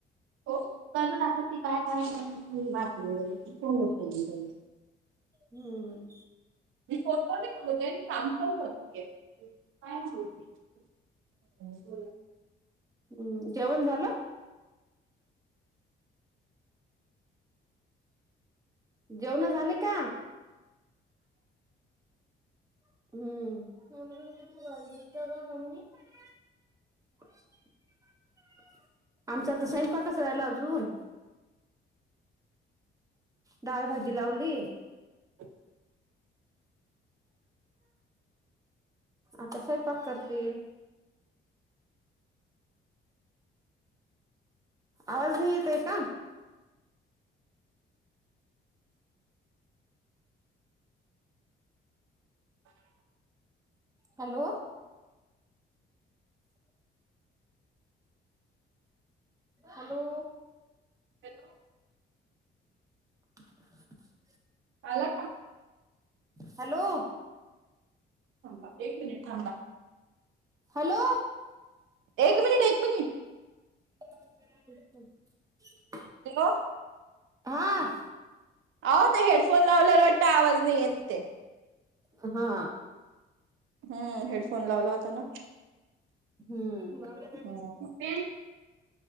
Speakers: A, on the right (about 80°); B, on the right (about 15°).
A: हो, अजून आता काय काम करते माहित नाही फोन उचलली बाई.
B: हम्म.
A: मी फोन मध्ये बोलते काम पण करतेय, काय बोलते. काय बोला.
B: हम जेवण झालं? जेवण झालि का? हम्म, <unintelligible> ममी <unintelligible> आमचा तर स्वयंपाकच राहिला अजून. डाळ, भाजी लावली.
A: <inaudible>
B: आता स्वंयपाक करते. आवाज नाही येत आहे का? हॅलो. हॅलो.
A: हॅलो.
B: <inaudible>
A: आला का?
B: हॅलो.
A: थांबा एक मिनिट थांबा,
B: हॅलो
A: एक मिनिट, एक मिनिट.
B: अच् <inaudible>
A: हॅलो.
B: हा आ.
A: अहो ते हेडफोन लावलेला वाटत आवाज नाही येत. ते
B: हा.
A: हम्म, हेडफोन लावला होता ना.
B: हम्म.
A: हो ते